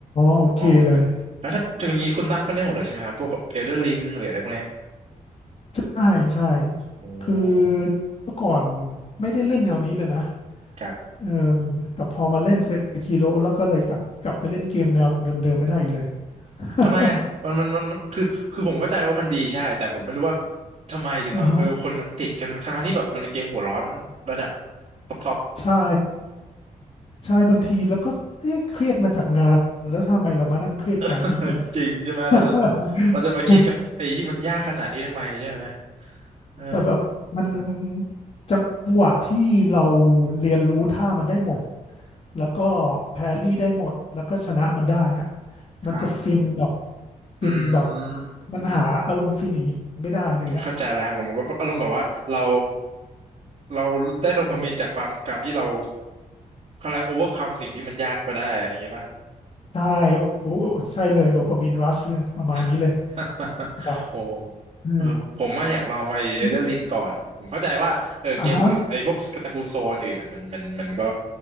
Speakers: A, on the left; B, on the right.
A: โอเคเลย
B: อ๋อแล้วถ้าถ้าอย่างนี้คุณตั้มก็เล่นหมดเลยใช่ไหมครับพวกกับเอลเดอร์ลิงหรืออะไรพวกเนี้ย
A: ใช่ใช่
B: โอ
A: คือ
B: ้
A: เมื่อก่อนไม่ได้เล่นแนวนี้เลยนะ
B: ครับ
A: เออแต่พอมาเล่นเซคิโ o แล้วก็เลยกลับกลับไปเล่นเกมแนวเดิมๆไม่ได้อีกเลย <laughs>
B: ทำไมอ่ะมันมันมันคือ คือผมเข้าใจว่ามันดีใช่ แต่ผมไม่รู้ว่าทำไมถึงแบบเออคนมันติดกันทั้งๆที่แบบมันเป็นเกมหัวร้อนระดับ
A: อ่าฮะ
B: ท็อปท็อป
A: ใช่ใช่บางทีแล้วก็เอ๊ะเครียดมาจากงานแล้วทำไมเรามานั่งเครียดแกบอันนี้อีก
B: <laughs> จริงใช่ไหมเราจะ
A: <laughs>
B: เราจะมาเครียดกับไอ้ที่มันยากขนาดนี้ทำไมใช่ไหมเออ
A: แต่แบบมันจังหวะที่เราเรียนรู้ท่ามันได้หมดแล้วก็แพรรี่ได้หมดแล้วก็ชนะมันได้อะ
B: ครับ
A: มันจะฟินแบบ
B: อื
A: ฟินแบบ
B: ม
A: มันหาอารมณ์ฟินอย่างนี้ไม่ได้เลยอะ
B: เข้าใจแล้วครับผมก็อารมณ์แบบว่าเราเราได้โดพามีนจากความการที่เรา เขาเลยกโอเวอร์คัมสิ่งที่มันยากไปได้อะไรอย่างเงี้ยป่ะ
A: ใช่โอ้โหใช่เลยโดปามีนรัชเลยประมาณนี้เลย
B: <laughs>
A: แบบ
B: โอ้
A: เออ
B: เออผมว่าอยากลองไอเอเดอร์ลิงก่อน
A: นี่
B: ผมเข้าใจว่าเออเกมอื่นไอพวกตระกูลโซนอื่นอ่ะมันมันมันก็
A: อ่ะฮะ